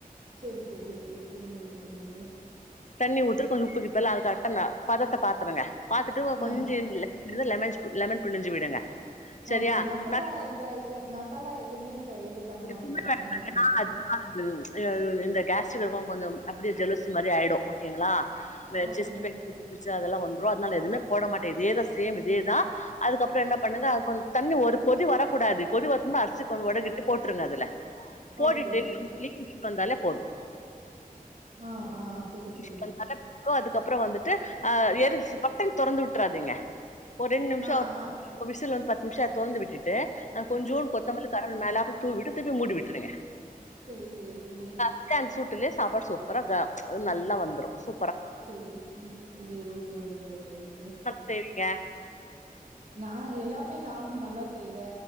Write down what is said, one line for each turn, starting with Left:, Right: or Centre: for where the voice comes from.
Right: செரி செரி செரி புரிஞ்சிது புரிஞ்சிது
Left: தண்ணி ஊத்திட்டு கொஞ்ச உப்புக்கிப்பல்லா அது கரெக்டா ந பதத்த பாத்துருங்க பாத்துட்டு
Right: ஆ
Left: கொஞ்ச லெமன் ஸ் லெமன் பிழிஞ்சு விடுங்க
Right: ஓகே
Left: சரியா
Right: மசாலா
Left: ந
Right: எந்த ஐட்டம் மசாலா எதுமே இது பண்ண மாட்டீங்க
Left: எதுவுமே
Right: ஏட் பண்ண மாட்டீங்க
Left: <unintelligible> இந்த கேஸ்ட்ரிக் இருக்கு கொஞ்சம் அப்டியே ஜெல்லசி மாரி ஆய்டு ஓகேங்களா இந்த
Right: ஓகே
Left: செஸ்ட் பெயின் <inaudible> அதெல்லா வந்துரு அதனால எதுமே போட மாட்டே இதேதா சேம் இதேதா அதுக்கப்றோ என்ன பண்ணுங்க கொன் தண்ணி ஒரு கொதி வரக்கூடாது கொதி வரத்க் முன்ன அரிசி கொஞ் ஒடகிட்டு போட்ருங்க அதுல போட்டுட்டு
Right: ஓகே செரி
Left: <inaudible> வந்தாலே போது
Right: ஆ ஆ செரி
Left: <inaudible>
Right: செரி
Left: அதுக்கப்றோ வந்துட்டு அ எரி பட்டுன் தொறந்து விட்றாதிங்க ஒரு ரெண்டு நிம்ஷோ
Right: ஆ ஆ
Left: <inaudible> விசில் வந்து பத்து நிமிஷோ அத தொறந்து விட்டுட்டு அது கொஞ்சு கொத்தமல்லி <unintelligible> மேலாப்ல தூவி விட்டு திருப்பி மூடி விட்டுருங்க
Right: செரி செரி செரி
Left: அக்கா அந்த சூட்டலே சாப்பாடு சூப்பரா இதா ஒரு நல்லா வந்துரு சூ
Right: செரி செரி செரி ஓகே ஓகே ஓகே ஓகே
Left: செரிக்கா
Right: நா எல்லாமே நானு நல்லா செய்வே